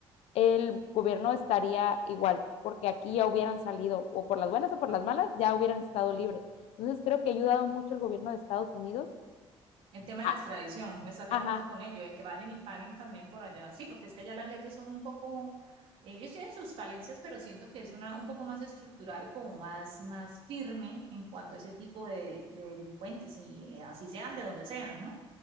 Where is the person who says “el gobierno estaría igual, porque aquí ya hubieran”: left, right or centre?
Left